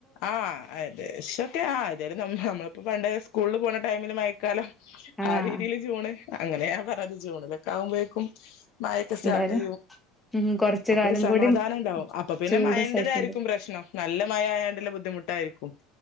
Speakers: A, on the left; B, in the centre.
A: ആ ഏകദേശം ആ ഏതായാലും നമ്മളിപ്പോ പണ്ട് സ്കൂളിൽ പോണ ടൈമിലും മഴ കാലം
B: ആഹ്
A: ആ രീതിയില് ജൂൺ അങ്ങനെ ഞാൻ പറഞ്ഞത് ജൂണിലൊക്കെ ആകുമ്പോഴേക്കും മഴ ഒക്കെ സ്റ്റാർട്ട്
B: എന്തായാലും
A: ചെയ്യും
B: ഉം കൊറച്ച്
A: അപ്പൊ
B: കാലം
A: ഒരു സമാധാനം
B: കൂടി
A: ഉണ്ടാവും അപ്പൊ പിന്നെ
B: ചൂട്
A: മഴന്റത്ആയിരിക്കും
B: സഹിക്കണ്ട്
A: പ്രശ്നം നല്ല മഴ നല്ല ബുദ്ധിമുട്ടായിരിക്കും